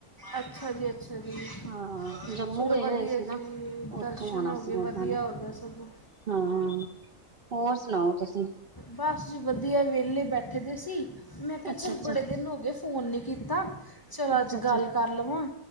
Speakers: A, on the left (about 15°); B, on the right (about 45°).
A: ਅੱਛਾ ਜੀ, ਅੱਛਾ ਜੀ।
B: ਹਾਂ ਜੰਮੂ
A: ਚਲੋ,
B: ਗਏ
A: ਵਧੀਆ
B: ਹੋਏ ਸੀ
A: ਜੀ
B: ਨਾ। ਉੱਥੋਂ
A: ਦਰਸ਼ਨ
B: ਆਉਣਾ
A: ਹੋ ਗਏ।
B: ਸੀ ਉਹਨਾਂ
A: ਵਧੀਆ
B: ਨੇ
A: ਹੋ ਗਿਆ ਸਗੋਂ।
B: ਹਾਂ, ਹੋਰ ਸੁਣਾਓ ਤੁਸੀ?
A: ਬਸ ਜੀ ਵਧੀਆ, ਵਿਹਲੇ ਬੈਠੇ ਦੇ ਸੀ ਮੈਂ ਕਿਹਾ
B: ਅੱਛਾ
A: ਚਲ
B: ਅੱਛਾ
A: ਬੜੇ ਦਿਨ ਹੋ ਗਏ ਫ਼ੋਨ ਨਹੀਂ ਕੀਤਾ, ਚਲੋ
B: ਅੱਛਾ
A: ਅੱਜ
B: ਅੱਛਾ
A: ਗੱਲ ਕਰ ਲਵਾਂ